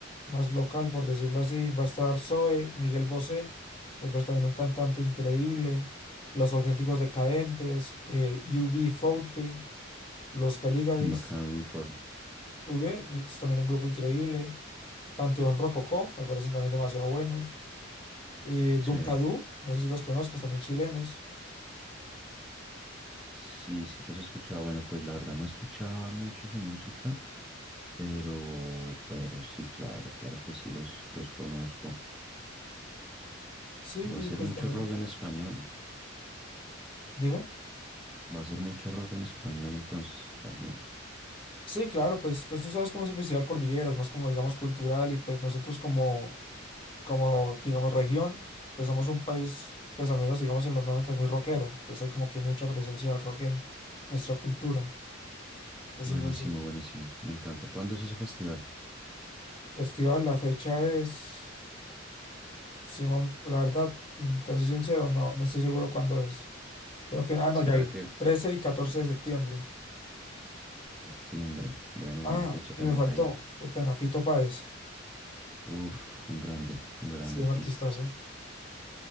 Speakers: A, on the left; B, in the centre.
A: más local, por decirlo así. Va a estar Zoe, Miguel Bosé, eh, pues también un cantante increíble. Los Auténticos Decadentes, eh, U B 40 Los Caligaris.
B: Bacano, Euforia.
A: V, y es también un grupo increíble. Panteón Rococó, me parecen también demasiado buenos. Eh,
B: Sí,
A: Dunkadú, no sé si los conozcas, también chilenos.
B: sí, sí los escuchaba. Bueno, pues la verdad no escuchaba mucho su música, pero, pero sí, claro, claro que sí los, los conozco.
A: Sí,
B: Va a
A: y
B: ser
A: pues
B: mucho
A: también,
B: rock en español.
A: dime.
B: Va a ser mucho rock en español entonces también.
A: Sí, claro, pues, pues tú sabes cómo es el Festival Cordilleras, más como digamos cultural y pues nosotros como, como digamos región, pues somos un país, pues al menos digamos en los noventas muy rockero, entonces hay como que mucha presencia del rock en nuestra cultura, decirlo
B: Buenísimo,
A: así.
B: buenísimo. Me encanta. ¿Cuándo es ese festival?
A: Festival, la fecha es, uf, sí, mam- la verdad, mm, te soy sincero, no, no estoy seguro cuándo es. Creo que, ah, no,
B: ¿Será
A: ya vi.
B: que
A: trece y 14 de septiembre.
B: septiembre? Bueno, buena
A: Ah,
B: fecha
A: y
B: también
A: me faltó.
B: ahí.
A: Qué pena, Fito Páez.
B: Uf, un grande, un grande
A: Sí, un
B: Fito.
A: artistazo.